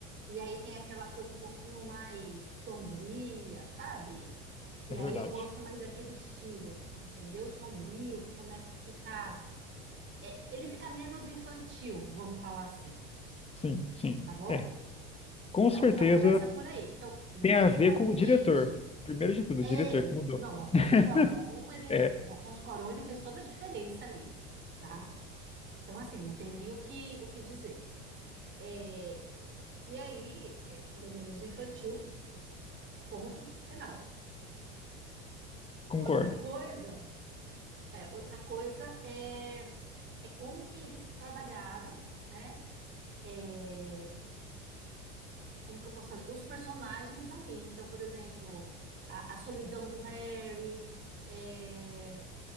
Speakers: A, on the right (about 35°); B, on the left (about 20°).
A: E aí tem aquela coisa um pouquinho mais sombria, sabe? E
B: É verdade.
A: aí eu gosto mais daquele estilo, entendeu? Sombrio, começa a ficar é, ele fica menos infantil, vamos falar assim,
B: Sim, sim.
A: tá bom?
B: É. Com
A: Então
B: certeza
A: já começa por aí. Então, visualmente,
B: tem a ver com o diretor. Primeiro de tudo,
A: é,
B: o diretor
A: o-
B: que mudou.
A: não, o Alfonso
B: <laughs>
A: Cuarón, ele,
B: É,
A: o Alfonso Cuarón, ele fez toda a diferença ali, tá? Então, assim, não tem nem o que, o que dizer. É, e aí, é, ele é menos infantil, ponto final.
B: concordo.
A: Outra coisa, é, outra coisa é, é como que eles trabalharam, né? É, como que eu posso falar? Os personagens ali. Então, por exemplo, a, a solidão do Harry, é,